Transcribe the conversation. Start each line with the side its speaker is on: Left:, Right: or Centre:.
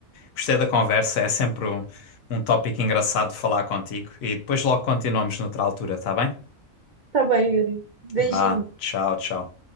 Left: gostei da conversa, é sempre um, um tópico engraçado de falar contigo e depois logo continuamos noutra altura, tá bem?
Right: Tá bom, Yuri. Beijinho.
Left: Vá, tchau, tchau.